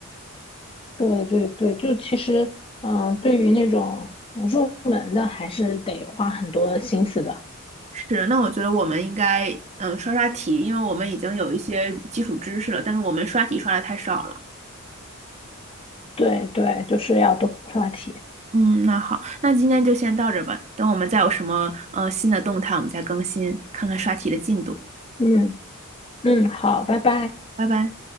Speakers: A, on the left (about 25°); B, on the right (about 30°).
A: 对对对，就其实，嗯、对于那种呃入门的，还是得花很多心思的。
B: 是，那我觉得我们应该嗯刷刷题，因为我们已经有一些基础知识了，但是我们刷题刷的太少了。
A: 对对，就是要多刷题。
B: 嗯，那好，那今天就先到这儿吧，等我们再有什么呃新的动态，我们再更新，看看刷题的进度。
A: 嗯嗯，好，拜拜。
B: 拜拜。